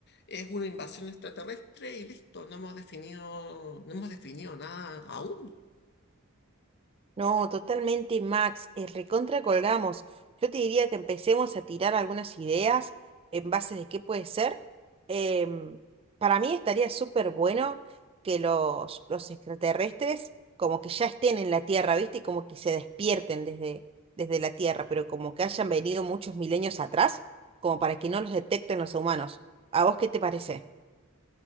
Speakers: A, on the left; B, on the right.
A: es una invasión extraterrestre y listo, no hemos definido, no hemos definido nada aún.
B: No, totalmente, Max. eh, recontra colgamos. Yo te diría que empecemos a tirar algunas ideas en base de qué puede ser. Em, para mí estaría súper bueno que los, los extraterrestres como que ya estén en la Tierra, ¿viste? Y como que se despierten desde, desde la Tierra, pero como que hayan venido muchos milenios atrás, como para que no los detecten los humanos. ¿A vos qué te parece?